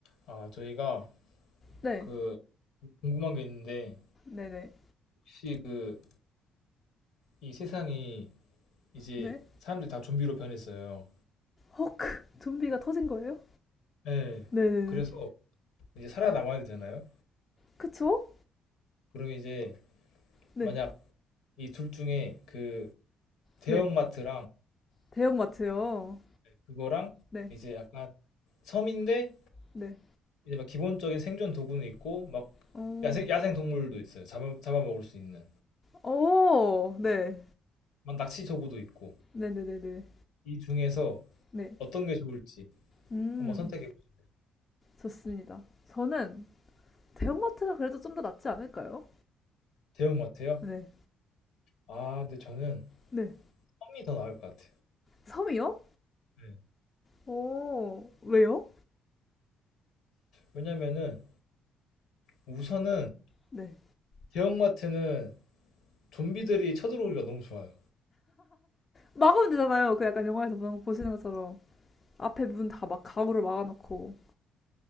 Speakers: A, on the left (about 70°); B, on the left (about 35°).
A: 아, 저희가
B: 네,
A: 그 궁금한 게 있는데
B: 네네,
A: 혹시 그 이 세상이 이제
B: 네.
A: 사람들이 다 좀비로 변했어요.
B: 헉, 좀비가 터진 거예요?
A: 네.
B: 네네네.
A: 그래서 이제 살아남아야 되잖아요.
B: 그쵸?
A: 그러면 이제
B: 네,
A: 만약 이 둘 중에 그 대형마트랑
B: 네. 대형마트요.
A: 그거랑
B: 네,
A: 이제 약간 섬인데
B: 네.
A: 이제 막 기본적인 생존 도구는 있고 막
B: 오,
A: 야생 야생 동물도 있어요. 잡아 잡아먹을 수 있는
B: 오, 네.
A: 막 낚시 도구도 있고
B: 네네네네.
A: 이 중에서
B: 네.
A: 어떤 게 좋을지
B: 음,
A: 한번 선택해 보세요.
B: 좋습니다. 저는 대형마트가 그래도 좀 더 낫지 않을까요?
A: 대형마트요?
B: 네,
A: 아, 근데 저는
B: 네.
A: 섬이더 나을 것 같아.
B: 섬이요?
A: 네.
B: 오, 왜요?
A: 왜냐면은 우선은
B: 네.
A: 대형마트는 좀비들이 쳐들어오기가 너무 좋아요.
B: 막으면 되잖아요. 그 약간 영화에서 보는- 보시는 것처럼. 앞에 문 다 막 가구를 막아놓고.